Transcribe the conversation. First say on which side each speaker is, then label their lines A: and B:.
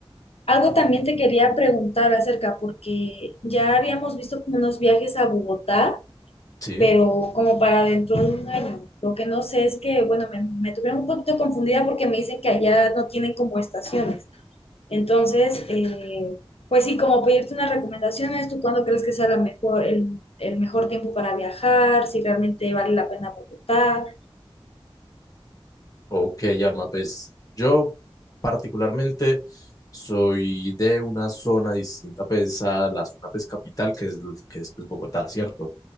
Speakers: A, on the left; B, on the left.
A: Algo también te quería preguntar acerca, porque ya habíamos visto como unos viajes a Bogotá,
B: Sí.
A: pero como para dentro de un año. Lo que no sé es que, bueno, me, me tuvieron un poquito confundida porque me dicen que allá no tienen como estaciones. Entonces, eh, pues sí, como pedirte unas recomendaciones, ¿tú cuándo crees que sea la mejor, el, el mejor tiempo para viajar? Si realmente vale la pena Bogotá.
B: Ok, Alma, pues yo particularmente soy de una zona distinta pues, a la zona pues, capital, que es, lo- que es pues, Bogotá, ¿cierto?